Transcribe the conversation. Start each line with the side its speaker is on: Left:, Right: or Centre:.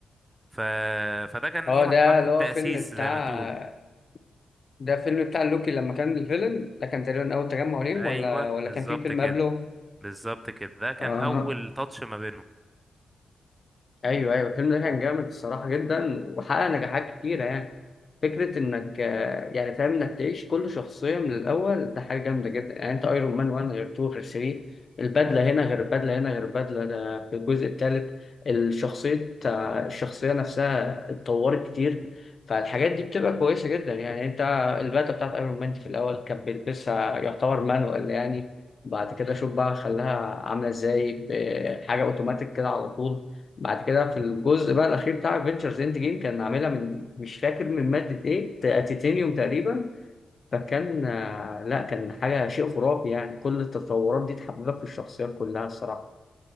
Right: ف... فده كان
Left: اه
Right: ايه مرحله
Left: ده اللي
Right: التاسيس
Left: هو فيلم بتاع
Right: زي ما تقول
Left: ده فيلم بتاع لوكي لما كان الفيلن ده كان تقريبا اول تجمع ليهم
Right: ايوه
Left: ولا ولا
Right: بالظبط
Left: كان في فيلم
Right: كده
Left: قبله
Right: بالظبط كده ده كان
Left: اه
Right: اول تاتش ما بينهم
Left: ايوه ايوه الفيلم ده كان جامد الصراحه جدا وحقق نجاحات كتيره يعني فكره انك آه، يعني فاهم انك تعيش كل شخصيه من الاول ده حاجه جامده جدا يعني انت ايرون مان 1 غير 2 غير 3 البدله هنا غير البدله هنا غير البدله ده في الجزء الثالث الشخصيه آه، الشخصيه نفسها اتطورت كتير فالحاجات دي بتبقى كويسه جدا يعني انت البدله بتاعت ايرون مان دي في الاول كان بيلبسها يعتبر مانوال يعني بعد كده شوف بقى خلاها عامله ازاي بحاجه اوتوماتيك كده على طول بعد كده في الجزء بقى الاخير بتاع فينتشرز اند جيم كان عاملها من مش فاكر من ماده ايه ت- تيتانيوم تقريبا فكان آه، لا كان حاجه شيء خرافي يعني كل التطورات دي تحببك في الشخصيات كلها الصراحه